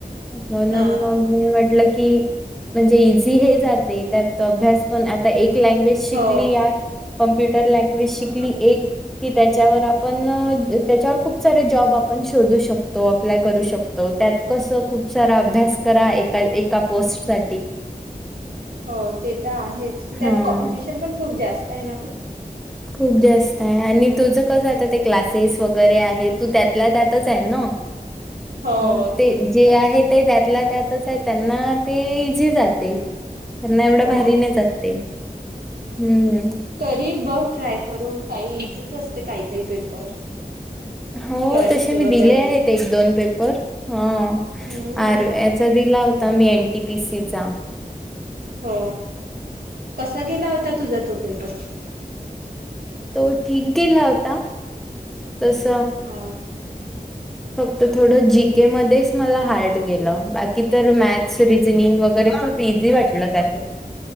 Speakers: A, in the centre; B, on the right.
A: म्हणून
B: हा
A: मग मी म्हटलं की म्हणजे इझी हे जाते त्यात अभ्यास पण आता एक लँग्वेज शिकली
B: हो
A: यात कम्प्युटर लँग्वेज शिकली
B: ह ह
A: एक कि त्याच्यावर आपण त्याच्यावर खूप सारे जॉब आपण शोधू शकतो तो अप्लाय करू शकतो त्यात कस खूप सारा अभ्यास करा एका एका पोस्ट सा
B: हो ते तर आहेच त्यात
A: हा
B: कॉम्पिटिशन पण खूप जास्त आहे ना
A: खूप जास्त आणि तुझं कसं आता ते क्लासेस वगैरे आहे तू त्यातला त्यातच आहे ना
B: हो
A: मग ते
B: तेच
A: जे
B: तर
A: आहे ते त्यातलाच त्यातच आहे त्यांना ते इझी जाते त्यांना एवढं
B: हो
A: भारी नाही जातते हम्म
B: तरी बघ ट्राय करून काही इझीच असते काही काही पेपर
A: हो
B: क्लर्कचे
A: तसे मी
B: वगैरे
A: दिले आहेत एक दोन पेपर हा
B: हम्म
A: आर याचा दिला होता मी एनटीपीसीचा
B: हो कसा गेला होता तुझा तो पेपर
A: तो ठीक गेला होता तस
B: हा
A: फक्त थोड जिंकता के मध्येच मला हार्ड गेलं बाकी तर मॅथ्स रिजनिंग वगैरे खूप इझी वाटलं त्यात